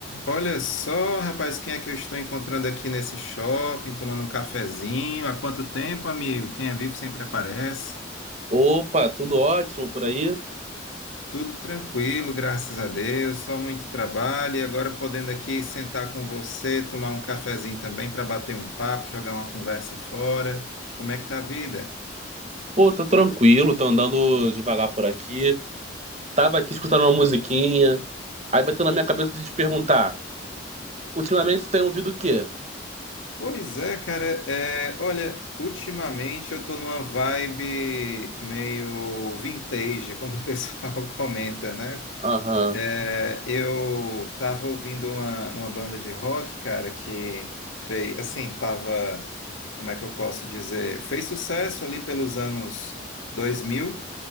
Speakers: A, on the left; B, on the right.
A: Olha só, rapaz, quem é que eu estou encontrando aqui nesse shopping, tomando um cafezinho? Há quanto tempo, amigo? Quem é vivo sempre aparece.
B: Opa, tudo ótimo por aí?
A: Tudo tranquilo, graças a Deus, só muito trabalho e agora podendo aqui sentar com você, tomar um cafezinho também para bater um papo, jogar uma conversa fora. Como é que tá a vida?
B: Pô, tô tranquilo, tô andando devagar por aqui. Tava aqui escutando uma musiquinha. Aí bateu na minha cabeça de te perguntar: ultimamente você tem ouvido o quê?
A: Pois é, cara. é, olha, ultimamente eu tô numa vibe meio vintage, como o pessoal <laughs> comenta, né?
B: Aham,
A: É, eu tava ouvindo uma, uma banda de rock, cara, que fez, assim, tava, como é que eu posso dizer, fez sucesso ali pelos anos 2000,